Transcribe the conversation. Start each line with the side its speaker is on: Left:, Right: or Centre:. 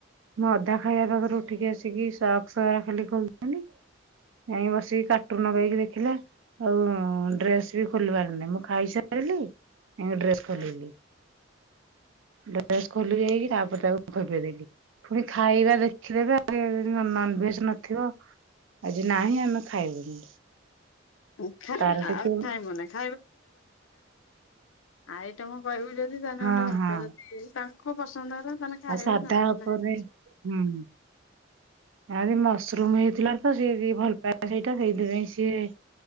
Right: ମୁଁ ଅଧା ଖାଇବା ପାଖରୁ ଉଠିକି ଆସିକି ସକ୍ସ ଖାଲି ଖୋଲିଦେଲି। ଯାଇ ବସିକି କାର୍ଟୁନ ଯାଇକି ଦେଖିଲା। ଆଉ-ଉ-ଉ-ଉ ଡ୍ରେସ ବି ଖୋଲିବାର ନାହିଁ ମୁଁ ଖାଇସାରିଲି ଡ୍ରେସ
Left: ହୁଁ
Right: ଖୋଲିଲି, ଡ୍ରେସ ଖୋଲି ଯାଇକି ତାପରେ ତାକୁ ଖୋବି ଦେଲି। ପୁଣି ଖାଇବା ଦେଖିଦେବେ <unintelligible> ନନଭେଜ ନଥିବ ଆଜି ନାହିଁ ଆମେ ଖାଇବୁନି।
Left: <inaudible>
Right: ତାର
Left: ଆଉ
Right: ଟିକେ
Left: ଖାଇବୁନି <inaudible> ଆଇଟମ କହିବୁ ଯଦି ତା ହେଲେ
Right: ହଁ
Left: ଗଣ୍ଡେ ଭାତ
Right: ହଁ
Left: ଯଦି ତାଙ୍କୁ ପସନ୍ଦ ହେଲା ତାହେଲେ ଖାଇବେ
Right: ଆଉ ସାଧା
Left: ନହେଲେ
Right: ଉପରେ
Left: ନାହିଁ।
Right: ହୁଁ ଆଜି ମସରୁମ ହେଇଥିଲା ତ ସିଏ ଟିକେ ଭଲ ପାଏ ସେଇଟା ସେଇଥିପାଇଁ ସିଏ